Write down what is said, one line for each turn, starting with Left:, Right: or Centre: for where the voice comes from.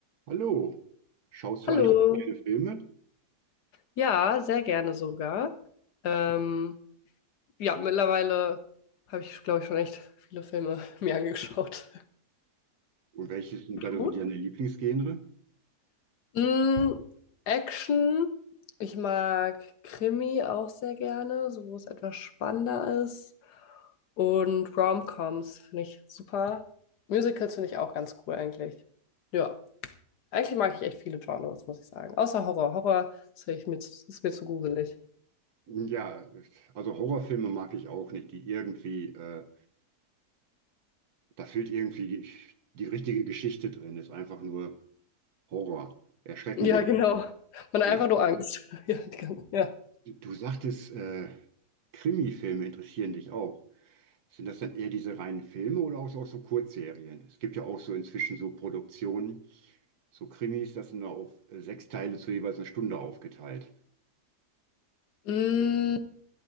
Right: Hallo, schaust
Left: Hallo.
Right: du eigentlich auch gerne Filme?
Left: Ja, sehr gerne sogar. Ähm, ja, mittlerweile habe ich, glaube ich, schon echt viele Filme <laughs> mir angeschaut.
Right: Und welches sind da so
Left: Du?
Right: deine Lieblingsgenre?
Left: Mm, Action. Ich mag Krimi auch sehr gerne, so wo es etwas spannender ist. Und Rom-Coms finde ich super. Musicals finde ich auch ganz cool eigentlich. Ja, eigentlich mag ich echt viele Genres, muss ich sagen. Außer Horror. Horror ist, echt mir, zu- ist mir zu gruselig.
Right: Ja, also Horrorfilme mag ich auch nicht, die irgendwie, äh, da fehlt irgendwie die, die richtige Geschichte drin, ist einfach nur Horror, erschrecken
Left: Ja,
Right: die Leute.
Left: genau. Man hat
Right: Ja.
Left: einfach nur Angst. <laughs> Ja, die ganze- ja.
Right: Du sagtest, äh, Krimi-Filme interessieren dich auch. Sind das dann eher diese reinen Filme oder auch so, auch so Kurzserien? Es gibt ja auch so inzwischen so Produktionen, so Krimis, das sind da auf äh, sechs Teile zu jeweils einer Stunde aufgeteilt.
Left: Mm,